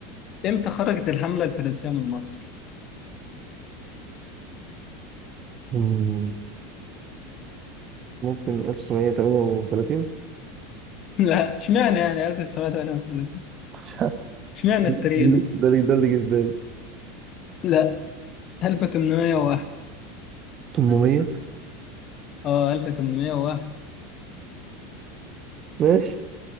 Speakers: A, on the left; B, on the right.
A: امتى خرجت الحمله الفرنسيه من مصر
B: مم، ممكن 1938
A: لا اشمعنى يعني 1908
B: مش عارف.
A: اشمعنى
B: ده
A: التاريخ
B: اللي
A: ده؟
B: ده اللي ده اللي جه في بالي
A: لا 1801
B: 800
A: اه 1801
B: ماشي